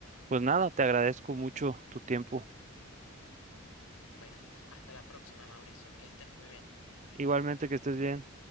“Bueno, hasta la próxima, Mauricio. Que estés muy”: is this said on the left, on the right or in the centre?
Left